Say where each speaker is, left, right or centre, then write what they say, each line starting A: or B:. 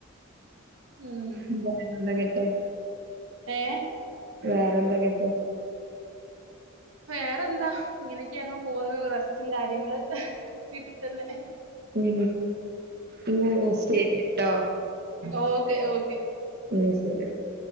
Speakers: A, on the right (about 75°); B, on the right (about 50°).
A: ഉം
B: ന്ത എന്ന ങ്ങട്ട് <unintelligible>
A: ഏഹ്
B: വേറെ എന്താ കേട്ട്
A: വേറെന്താ ഇങ്ങനെയൊക്കെയങ്ങ് പോവ്ന്നു റെസ്റ്റും കാര്യങ്ങള് വീട്ടിൽ തന്നെ
B: ഉം ന്നാ
A: ഉം
B: ശരിട്ടോ
A: ഓക്കെ ഓക്കെ
B: ഓ ശരി <unintelligible>